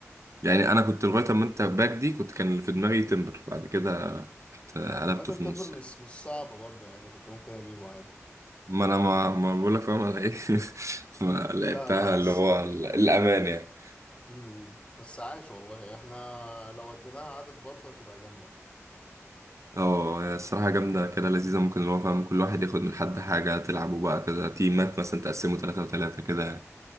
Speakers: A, on the right; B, on the left.
A: يعني انا كنت لغايه اما انت باك دي كنت كان اللي في دماغي تمبر بعد كده رحت قلبته
B: عامه
A: في النص
B: تمبر مش
A: يعني
B: مش صعبه برضه يعني كنت ممكن اجيبه عادي
A: ما انا ما, ما بقول لك فاهم انا ايه <laughs> ما لعبتها
B: لا لا بس
A: اللي هو ال- الامان يعني
B: امم بس عايش والله احنا لو وديناها عدد برضه هتبقى جامده
A: اه هي الصراحه جامده كده لذيذه ممكن اللي هو فاهم كل واحد ياخد من حد حاجه تلعبوا بقى كده تيمات مثلا تقسموا ثلاثة وثلاثة كده يعني.